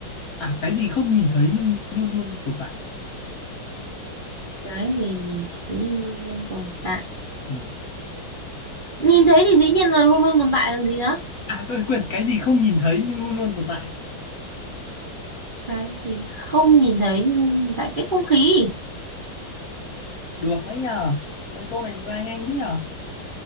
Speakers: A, on the left; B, on the right.
A: à cái gì không nhìn thấy nhưng luôn luôn tồn tại
B: cái gì nhìn thấy nhưng luôn luôn tồn tại
A: ừ.
B: nhìn thấy thì dĩ nhiên là luôn luôn tồn tại còn gì nữa
A: à quên quên cái gì không nhìn thấy nhưng luôn luôn tồn tại
B: cái gì không nhìn thấy nhưng luôn tồn tại cái không khí
A: được đấy nhờ cái câu này ra nhanh thế nhờ